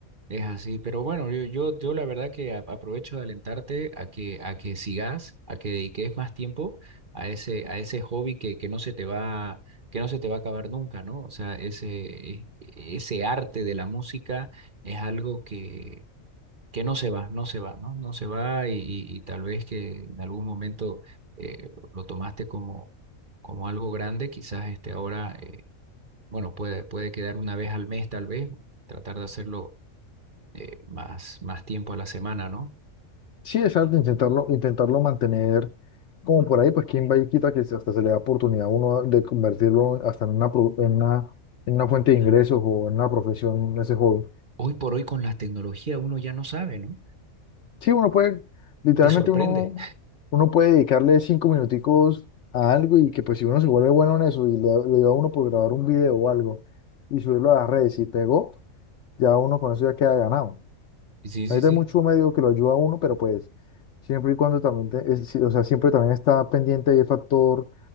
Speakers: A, on the right (about 40°); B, on the left (about 65°).
A: Es así, pero bueno, yo, yo, yo la verdad que a- aprovecho de alentarte a que, a que sigas, a que dediques más tiempo a ese, a ese hobby que, que no se te va, que no se te va a acabar nunca, ¿no? O sea, ese, e- ese arte de la música es algo que, que no se va, no se va, ¿no? No se va y, y- y tal vez que en algún momento eh, lo, lo tomaste como, como algo grande, quizás este ahora, eh, bueno, puede, puede quedar una vez al mes tal vez, tratar de hacerlo eh, más, más tiempo a la semana, ¿no?
B: Sí, exacto, intentarlo, intentarlo mantener como por ahí, pues quién va y quita que se- hasta se le da oportunidad a uno de convertirlo hasta en una, pro- en una, en una fuente de ingresos o en una profesión, ese hobby.
A: Hoy por hoy con la tecnología uno ya no sabe, ¿no?
B: Sí, uno puede, literalmente
A: Te sorprende.
B: uno, uno puede dedicarle cinco minuticos a algo y que pues si uno se vuelve bueno en eso y le, le da a uno por grabar un video o algo y subirlo a las redes y pegó, ya uno con eso ya queda ganado.
A: Sí,
B: Ahorita
A: sí, sí.
B: Hay mucho médico que lo ayuda a uno, pero pues siempre y cuando también, te- es- sí, o sea, siempre también está pendiente ahí el factor